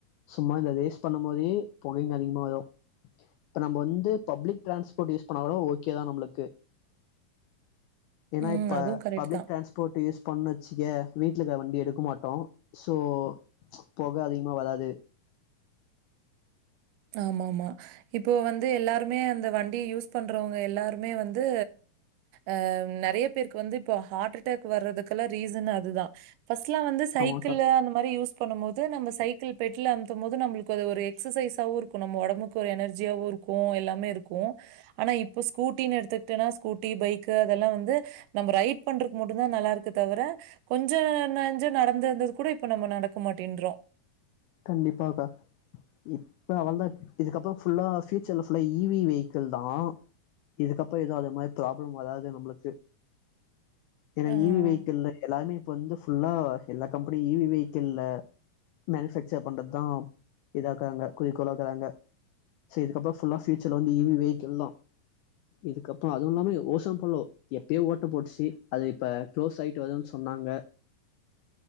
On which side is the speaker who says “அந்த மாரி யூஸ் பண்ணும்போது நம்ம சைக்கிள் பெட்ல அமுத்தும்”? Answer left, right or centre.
Right